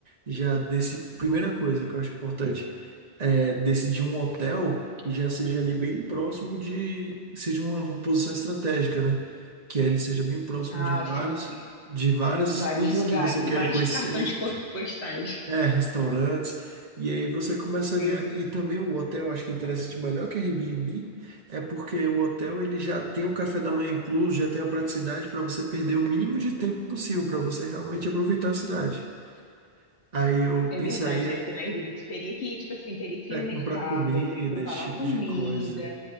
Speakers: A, on the right (about 40°); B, on the left (about 90°).
A: Já desse, primeira coisa que eu acho importante é decidir um hotel que já seja ali bem próximo de, seja uma, uma posição estratégica, né? Que aí ele seja bem próximo
B: Ah,
A: de várias,
B: sim, sim.
A: de várias
B: Vários
A: coisas
B: lugares,
A: que você quer
B: vários
A: conhecer
B: cartões po- postais.
A: é, restaurantes. E aí você começaria.
B: Sim.
A: E também o hotel, acho que é interessante, melhor que Airbnb, é porque o hotel ele já tem o café da manhã incluso, já tem a praticidade para você perder o mínimo de tempo possível, para você realmente aproveitar a cidade. Aí eu
B: É
A: pensaria
B: verdade, né? Porque na Airbnb tu teria que ir, tipo assim, teria que
A: é
B: ir no
A: comprar
B: mercado,
A: comida,
B: aí teria que preparar
A: esse tipo
B: comida.
A: de coisa.